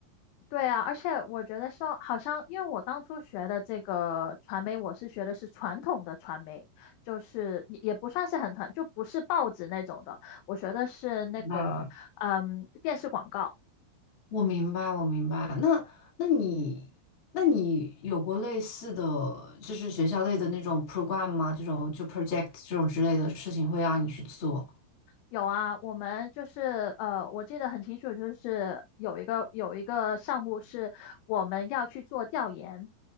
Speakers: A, on the left (about 90°); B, on the left (about 45°).
A: 对啊，而且我觉得说，好像因为我当初学的这个传媒，我是学的是传统的传媒，就是也也不算是很传，就不是报纸那种的。我学的是那个，
B: 明白，
A: 嗯，电视广告。
B: 我明白，我明白。那那你那你有过类似的，就是学校类的那种 program 吗？这种就 project 这种之类的事情会让你去做？
A: 有啊，我们就是呃，我记得很清楚，就是有一个有一个项目是我们要去做调研，